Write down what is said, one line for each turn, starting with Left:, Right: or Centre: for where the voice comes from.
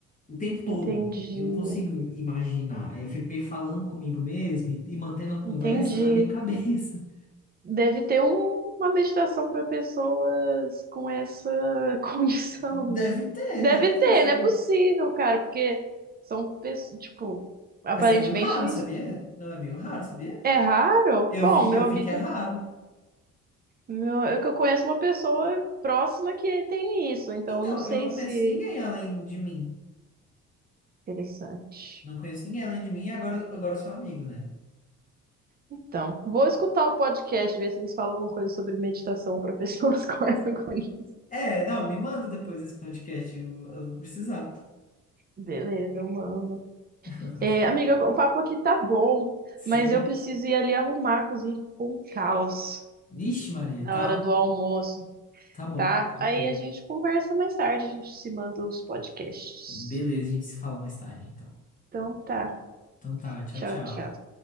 Left: o tempo todo.
Right: entendi,
Left: Eu não consigo im- imaginar. Aí Eu fico meio falando comigo mesmo e, e mantendo a conversa
Right: entendi.
Left: na minha cabeça.
Right: Deve ter um- uma meditação para pessoas com essa <laughs> condição,
Left: <laughs>
Right: né?
Left: Deve ter,
Right: Deve
Left: deve ter
Right: ter,
Left: isso.
Right: não é possível, cara, porque são pessoas, tipo, aparentemente
Left: Mas é meio raro, sabia? Não é meio raro, sabia?
Right: É raro?
Left: Eu
Right: Bom,
Left: vi,
Right: meu
Left: eu
Right: amigo,
Left: vi que é raro.
Right: meu, eu que eu conheço uma pessoa próxima que tem isso, então
Left: Então,
Right: eu não sei
Left: eu não
Right: se.
Left: conheço ninguém além de mim.
Right: Interessante.
Left: Não conheço ninguém além de mim e agora, agora eu sou amigo, né?
Right: Então, vou escutar o podcast, ver se eles falam alguma coisa sobre meditação para pessoas <laughs> com essa condição.
Left: É, não, me manda depois esse podcast, eu, eu vou precisar.
Right: Beleza, eu mando.
Left: <laughs>
Right: É, amiga, o papo aqui tá bom,
Left: Sim.
Right: mas eu preciso ir ali arrumar, cozinhar com um caos
Left: Vixe, Maria,
Right: na
Left: tá?
Right: hora do almoço,
Left: Tá bom,
Right: tá?
Left: tranquilo.
Right: Aí a gente conversa mais tarde, a gente se manda os podcasts.
Left: Beleza, a gente se fala mais tarde, então.
Right: Então tá.
Left: Então tá, tchau,
Right: Tchau,
Left: tchau.
Right: tchau.